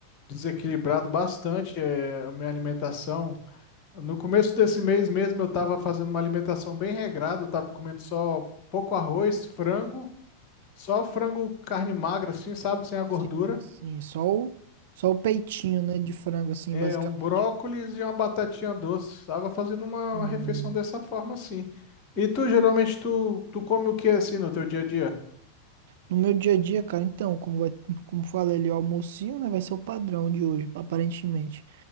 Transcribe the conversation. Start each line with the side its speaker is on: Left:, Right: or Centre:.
Left: desequilibrado bastante eh, a minha alimentação. No começo desse mês mesmo eu estava fazendo uma alimentação bem regrada, eu estava comendo só pouco arroz, frango, só frango carne magra assim, sabe, sem a gordura,
Right: Sim, sim, só o, só o peitinho, né, de frango, assim,
Left: é,
Right: basicamente.
Left: um brócolis e uma batatinha doce. Estava fazendo uma,
Right: Hum.
Left: uma refeição dessa forma assim. E tu, geralmente, tu, tu come o que assim no teu dia a dia?
Right: No meu dia a dia, cara, então, como, vai, como falei ali, o almocinho, né, vai ser o padrão de hoje, aparentemente.